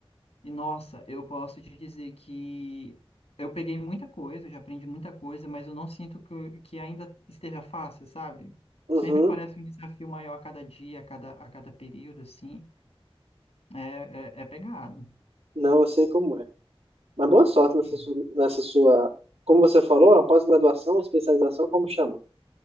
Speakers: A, on the left; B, on the right.
A: E, nossa, eu posso te dizer que eu peguei muita coisa, eu já aprendi muita coisa, mas eu não sinto que, eu- que ainda esteja fácil, sabe?
B: Uhum.
A: Sempre parece um desafio maior a cada dia, a cada, a cada período, assim. É, é, é pegado.
B: Não, eu sei como é. Mas boa sorte
A: Uhum.
B: nessa sua, nessa sua, como você falou, a pós-graduação, especialização, como chama?